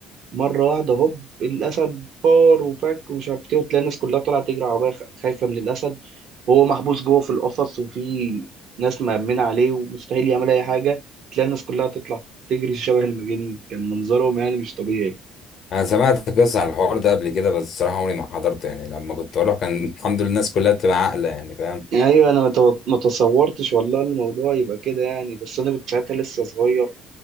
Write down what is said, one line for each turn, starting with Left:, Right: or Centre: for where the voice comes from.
Right: مرة واحدة هوب الأسد فار وفك ومش عارف إيه وتلاقي الناس كلها طالعة تجري عربية خ- خايفة من الأسد وهو محبوس جوه في القفص وفي ناس مأمنة عليه ومستحيل يعمل أي حاجة تلاقي الناس كلها تطلع تجري شبه المجانين كان منظرهم يعني مش طبيعي
Left: انا سمعت قصة عن الحوار ده قبل كده بس الصراحة عمري ما حضرته يعني لما كنت بروح كان <laughs> الحمد لله الناس كلها بتبقى عاقلة يعني فاهم
Right: أيوة أنا ما تو- ما تصورتش والله الموضوع يبقى كده يعني بس أنا كنت ساعتها لسه صغير